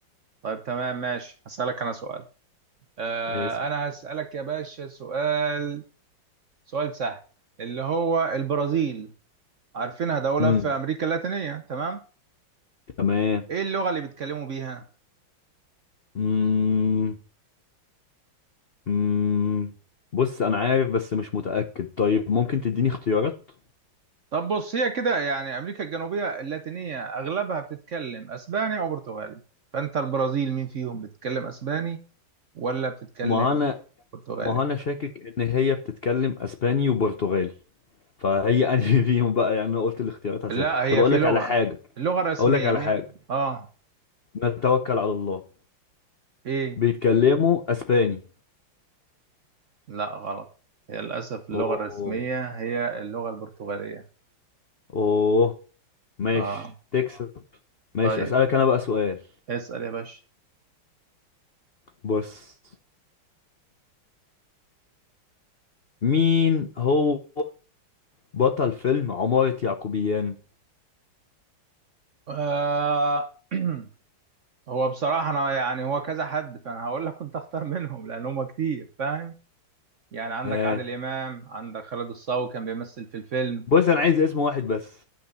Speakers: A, on the right; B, on the left.
A: طيب تمام ماشي هسألك أنا سؤال آه
B: اسأل
A: أنا هسألك يا باشا سؤال سؤال سهل اللي هو البرازيل عارفينها دولة
B: امم
A: في أمريكا اللاتينية تمام
B: تمام
A: إيه اللغة اللي بيتكلموا بيها؟
B: امم امم بص أنا عارف بس مش متأكد طيب ممكن تديني اختيارات
A: طب بص هي كده يعني امريكا الجنوبيه اللاتينيه اغلبها بتتكلم اسباني او برتغالي فانت البرازيل مين فيهم بتتكلم اسباني ولا بتتكلم
B: ما أنا
A: برتغالي
B: ما أنا شاكك إن هي بتتكلم أسباني وبرتغالي فهي <laughs> أنهي فيهم بقى يعني أنا قلت الاختيارات هسهل
A: لا هي
B: طب أقول
A: في
B: لك
A: لغه
B: على حاجة
A: اللغه الرسميه
B: أقول لك على
A: مين
B: حاجة
A: اه
B: نتوكل على الله
A: ايه
B: بيتكلموا اسباني
A: لا غلط هي للاسف اللغه
B: اوه
A: الرسميه هي اللغه البرتغاليه
B: اوه ماشي
A: اه
B: تكسب ماشي
A: طيب
B: اسالك انا بقى سؤال
A: اسال يا باشا
B: بص مين هو بطل فيلم عمارة يعقوبيان
A: آه. <clears throat> هو بصراحه انا يعني هو كذا حد فانا هقول لك كنت اختار منهم لان هم كتير فاهم يعني عندك
B: آه.
A: عادل إمام عندك خالد الصاوي كان بيمثل في الفيلم
B: بص انا عايز اسم واحد بس